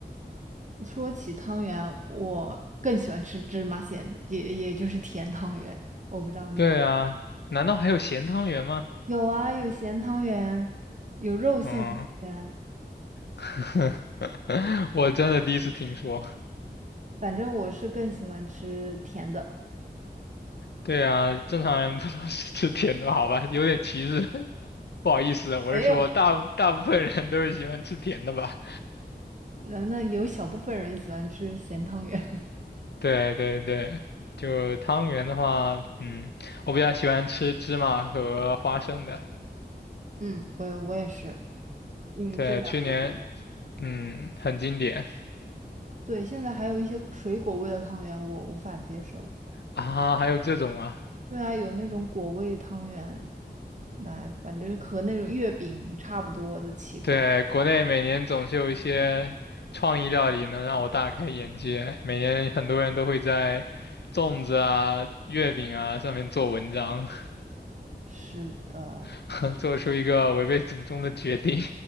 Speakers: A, on the right; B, on the left.
A: 说起汤圆，我更喜欢吃芝麻馅的，也也就是甜汤圆。我不知道你
B: 对啊，难道还有咸汤圆吗？
A: 有啊，有咸汤圆，有肉馅汤圆，
B: 嗯，<laughs> 我真的第一次听说。
A: 反正我是更喜欢吃甜的。
B: 对啊，正常人不都是吃甜的好吧？有点歧视，<laughs> 不好意思啊我是说大部大部分人都是喜欢吃甜的吧？
A: 没有。那那有小部分人喜欢吃咸汤圆，<laughs>
B: 对对对，就汤圆的话，嗯，我比较喜欢吃芝麻和花生的。
A: 嗯，我我也是，因为这两个比较。
B: 对，去年嗯很经典
A: 对，现在还有一些水果味的汤圆我无法接受。
B: 啊，还有这种啊，
A: 对啊，有那种果味汤圆，来，反正和那种月饼差不多的奇怪。
B: 对，国内每年总是有一些创意料理能让我大开眼界，每年很多人都会在粽子啊、月饼啊上面做文章。<laughs>
A: 是的，
B: <laughs> 做出一个违背祖宗的决定。